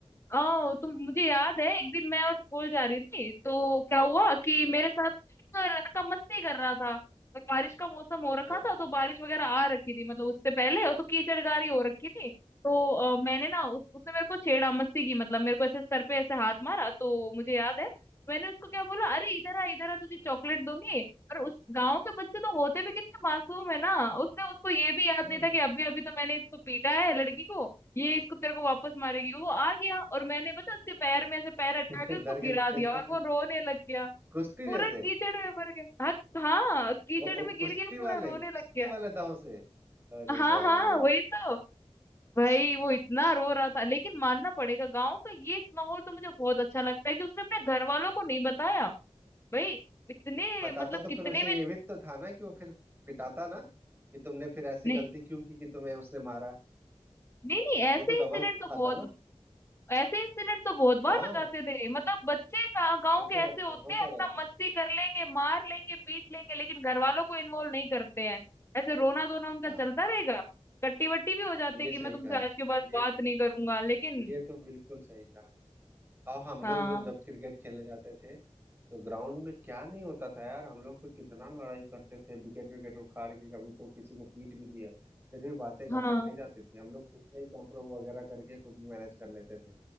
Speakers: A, on the left; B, on the right.
A: ओ तुम मुझे याद है एक दिन मैं और स्कूल जा रही थी तो क्या हुआ कि
B: हाँ
A: मेरे साथ एक लड़का मस्ती कर रहा था तो बारिश का मौसम हो रखा
B: हाँ
A: था तो बारिश वगैरह आ रखी थी मतलब उससे पहले और तो कीचड़ गारी हो रखी थी तो अ, मैंने ना उस, उसने मेरे को छेड़ा मस्ती की मतलब मेरे को ऐसे सर पे ऐसे हाथ मारा तो मुझे याद है मैंने उसको क्या बोला अरे इधर आ इधर आ तुझे चॉकलेट दूंगी और उस गांव के बच्चे तो होते भी कितने मासूम है ना उसने उसको ये भी याद
B: हाँ,
A: नहीं था कि अभी अभी तो मैंने इसको पीटा है लड़की को ये इसको तेरे को वापस मारेगी वो आ गया और मैंने पता उसके पैर में ऐसे पैर अटका
B: <laughs>
A: के
B: डर
A: उसको गिरा
B: के
A: दिया
B: थे।
A: और वो रोने लग गया
B: कुश्ती
A: पूरा
B: जैसे
A: कीचड़ में भर गया हाँ हाँ कीचड़
B: वो, वो
A: में गिर
B: कुश्ती
A: गया पूरा
B: वाले
A: रोने
B: कुश्ती
A: लग गया
B: वाले दांव से अरे
A: हाँ
B: बाप
A: हाँ वही तो भाई वो इतना रो रहा था लेकिन मानना पड़ेगा गाँव का ये माहौल तो मुझे बहुत अच्छा लगता है कि उसने अपने घर वालों को नहीं बताया भाई इतने
B: बताता
A: मतलब
B: तो
A: कितने
B: फिर उसे
A: में
B: ये भी तो था ना कि वो फिर पिटाता ना कि तुमने फिर ऐसी
A: नहीं
B: गलती क्यों की कि तुम्हें उसने मारा
A: नहीं नहीं ऐसे
B: वो तो
A: इंसिडेंट
B: डबल
A: तो
B: खाता
A: बहुत
B: ना
A: ऐसे इंसिडेंट तो बहुत बार
B: हाँ
A: हो जाते थे मतलब बच्चे का- गांव
B: होते
A: के ऐसे
B: रहते
A: होते
B: हैं होते
A: हैं अपना
B: रहते हैं
A: मस्ती कर लेंगे मार लेंगे पीट लेंगे लेकिन घर वालों को इन्वॉल्व नहीं करते हैं ऐसे रोना धोना उनका
B: हाँ
A: चलता रहेगा कट्टी वट्टी भी हो जाते
B: ये
A: हैं कि
B: सही
A: मैं तुमसे
B: कहा
A: आज के बाद
B: ये
A: बात नहीं करूंगा लेकिन
B: ये तो बिल्कुल सही कहा और हम
A: हाँ
B: लोग जब जब क्रिकेट खेलने जाते थे तो ग्राउंड में क्या नहीं होता था यार हम लोग तो कितना लड़ाई करते थे विकेट विकेट उखाड़ के कभी तो किसी को पीट भी दिया फिर भी बातें घर
A: हाँ
B: तक नहीं जाती थी हम लोग खुद में ही कॉम्प्रो वगैरह करके खुद ही मैनेज कर लेते थे